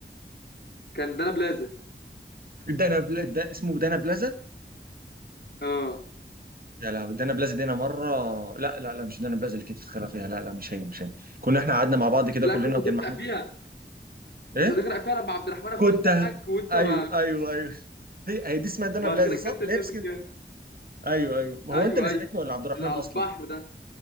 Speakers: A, on the left; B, on the right.
A: كان ده انا بلازا
B: دانا بلا دا اسمه دانا بلازا
A: اه
B: يا لهوي دانا بلازا دي انا مره لا لا لا مش دانا بلازا اللي كانت في الخلا فيها لا لا مش هي مش هي كنا احنا قعدنا مع بعض كده
A: لا
B: كلنا
A: كنت
B: وكان
A: هتغرق
B: محمود
A: فيها
B: ايه
A: كنت هتغرق فيها لما عبد الرحمن اخويا
B: كنت
A: زقك وانت
B: ايوه
A: ما
B: ايوه ايوه هي هي دي اسمها دانا
A: وبعد
B: بلازا
A: كده الكابتن
B: صح؟ اللي هي
A: نزل
B: في
A: جاب.
B: ايوه ايوه ما
A: ايوه
B: هو انت اللي زقتني
A: ايوه
B: ولا عبد الرحمن
A: اللي على
B: اصلا
A: البحر ده